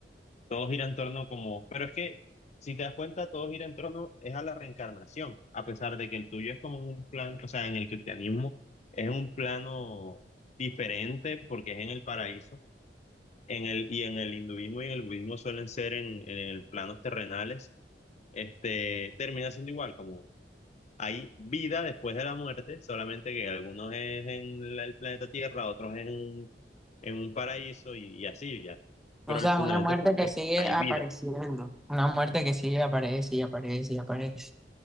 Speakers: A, on the left; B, in the centre.
A: Todo gira en torno como, pero es que si te das cuenta, todo gira en torno es a la reencarnación, a pesar de que el tuyo es como un plan, o sea, en el cristianismo es un plano diferente porque es en el paraíso, en el y en el hinduismo y en el budismo suelen ser en, en el planos terrenales, este termina siendo igual, como hay vida después de la muerte, solamente que algunos es en la- el planeta Tierra, otros es en un, en un paraíso y, y así ya, pero
B: O
A: el
B: sea,
A: fundamento
B: una muerte
A: es como
B: que
A: que
B: sigue
A: hay
B: apareciendo,
A: vida.
B: una muerte que sigue aparece y aparece y aparece.